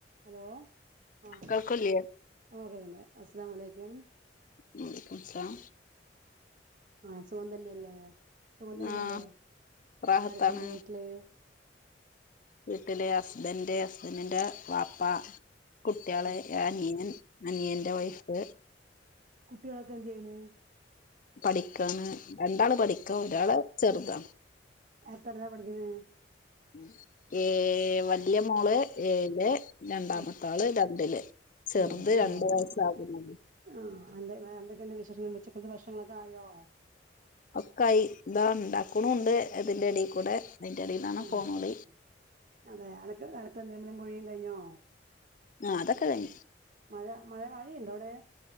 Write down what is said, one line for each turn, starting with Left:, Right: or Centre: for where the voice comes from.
Right: Hello ആഹ്
Left: കേൾക്കൂല്ലേ
Right: ഓഹ് കേക്ക്ണ്ട്. അസ്സലാമു അലൈക്ക്യും.
Left: <inaudible> ലൈകുമുസലാം
Right: ആഹ് സുഖം തന്നെയല്ലേ സുഖം തന്നെയല്ലേ,
Left: ആഹ് റാഹത്താണ്
Right: ആരൊക്കെയ്ണ്ട്‌ വീട്ടില്?
Left: വീട്ടില് ഹസ്ബന്റ് ഹസ്ബന്റിന്റെ വാപ്പ കുട്ടിയള്
Right: ഉം
Left: അനിയനൻ അനിയന്റെ വൈഫ്
Right: കുട്ടികളൊക്കെ എന്ത് ചെയ്യണ്
Left: പഠിക്കാണ് രണ്ടാള് പഠിക്ക ഒരാള് ചെറുതാണ്
Right: എത്രലാ പഠിക്കുന്നത്
Left: <inaudible> ഏയ് വല്യ മോള് ഏഴില് രണ്ടാമത്തെ
Right: ഉം
Left: ആള് രണ്ടില് ചെറുത്
Right: രണ്ടില്
Left: രണ്ട്
Right: ആഹ്
Left: വയസ്സ് ആകുന്നൊള്ളൂ
Right: ആഹ് എഹ് എന്തൊക്കെണ്ട് വിശേഷങ്ങള് ഉച്ചക്കളത്തെ ഭക്ഷണങ്ങളൊക്കെ ആയോ?
Left: ഒക്കായി ഇതാ ഉണ്ടാക്കണൂണ്ട് അതിന്റെ എടേക്കൂടെ ഇതിന്റെ എടെന്നാണ്
Right: ആഹ്
Left: ഫോൺ വിളി
Right: അതെ അലക്ക് അലക്കലും തിരുമ്മലും കുളിയും കഴിഞ്ഞോ
Left: ആഹ് അതൊക്കെ കഴിഞ്ഞു
Right: മഴ മഴ മഴയുണ്ടോ അവിടെ